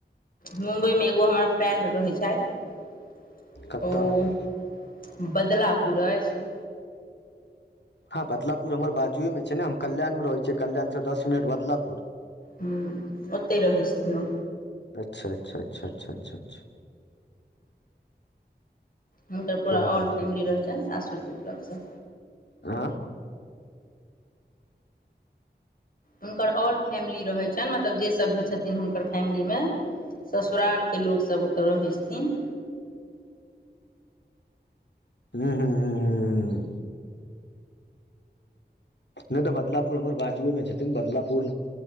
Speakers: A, on the left (about 50°); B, on the left (about 75°).
A: मुम्बइमे एगो हमर फ्रेंड रहै छथि
B: कतऽ
A: ओ बदला पुर अ छै
B: हँ बदलापुर हमर बाजुएमे छै ने हम कल्याणमे रहैत छियै कल्याणसँ दस मिनट बदलापुर
A: हू ओते रहै छथिन ओ
B: अच्छा अच्छा अच्छा अच्छा अच्छा अच्छा
A: हुनकर पूरा
B: बहुत
A: ऑल
B: बढ़िआँ
A: फैमिली रहै छनि सासुरके तरफसँ
B: आं
A: हुनकर ऑल फैमिली रहै छनि मतलब जेसभ भी छथिन हुनकर फैमिलीमे ससुरालके लोकसब ओतऽ रहै छथिन
B: हू हू हू हू हू नय तऽ बदलापुर हमर बाजुए मे छथिन बदलापुर